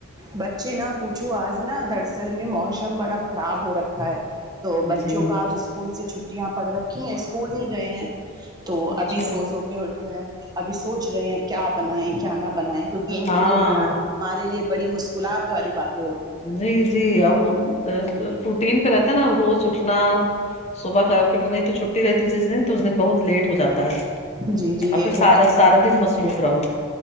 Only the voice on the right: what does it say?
بچے نہ پوچھو آج نہ دراصل میں موسم بڑا خراب ہو رکھا ہے تو بچوں
کا آج اسکول سے چھٹیاں پڑ رکھی ہیں اسکول نہیں گئے ہیں تو
ابھی سو سو کے اٹھے ہیں ابھی سوچ رہے ہیں کیا بنائیں کیا نہ بنائیں کیونکہ ان
کے لیے بنانئے ہمارے لیے بڑی مشکلات والی بات
جی جی
یہ
تو
ہے